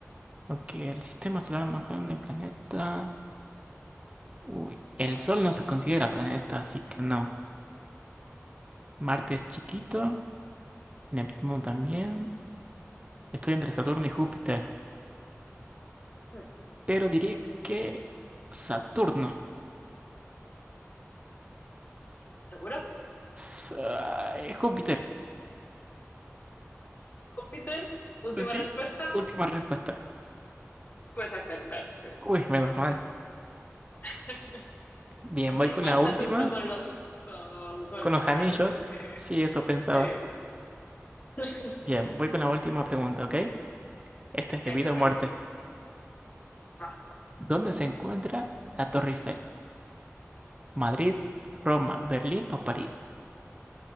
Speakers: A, on the right; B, on the left.
A: Ok, el sistema solar más grande del planeta. Uy, el Sol no se considera planeta, así que no. Marte es chiquito, Neptuno también. Estoy entre Saturno y Júpiter.
B: Hmm,
A: pero diría que Saturno.
B: ¿Seguro?
A: Sa- eh, Júpiter.
B: ¿Júpiter? Última
A: Sí,
B: respuesta.
A: última respuesta.
B: Pues acertaste.
A: Uy, menos mal.
B: <laughs>
A: Bien,
B: Hombre,
A: voy con
B: igual
A: la
B: Saturno
A: última,
B: con los con, con
A: con
B: los
A: los anillos.
B: aros sí que.
A: Sí, eso pensaba.
B: Sí. <laughs>
A: Bien, voy con la última pregunta, ¿ok? Esta es de
B: Venga,
A: vida
B: dale.
A: o muerte.
B: va.
A: ¿Dónde se encuentra la Torre Eiffel? ¿Madrid, Roma, Berlín o París?